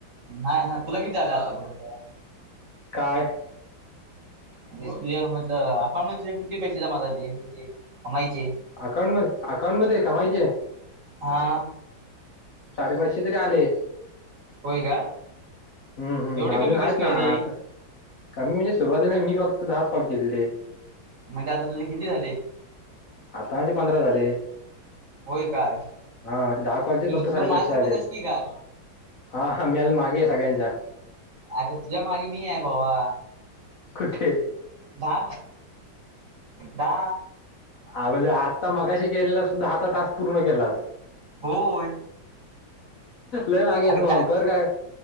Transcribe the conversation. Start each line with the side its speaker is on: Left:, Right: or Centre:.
Right: नाही ना तुला किती आलं आतापर्यंत
Left: काय
Right: तुझ्या म्हटल आपण मग तुझे किती पैसे जमा झाले होचे कमायचे
Left: अकाउंट म अकाउंटमध्येध्ये कमायचे
Right: हा
Left: साडेपाचशे तरी आले
Right: कोय काय
Left: हम्म हम्
Right: एवढे
Left: अजून
Right: कमी कशी
Left: आहेत
Right: काय
Left: ना
Right: रे
Left: आत कमी म्हणजे सुरुवातीला मी फक्त दहाच पाग गेलेले
Right: म्हणजे आता तुझे किती झाले
Left: आताचे पंधरा झाले
Right: होय काय
Left: हा ते दहा
Right: तू
Left: कॉलेजस फक्त साडेपाचशे
Right: पण माझ्यासारखाच
Left: आलेत
Right: आहेस की काय
Left: हा हा मी अ मागे आहे सगळ्यांच्या
Right: अरे तुझ्या मागे मी आहे भाबा
Left: कठे
Right: बा बा
Left: हा म्हणजे आत्ता मगाशी केलेला सुद्धाता टास्क पूर्ण केला अस
Right: होय
Left: लय मागेस
Right: अरे
Left: म
Right: काय
Left: कर का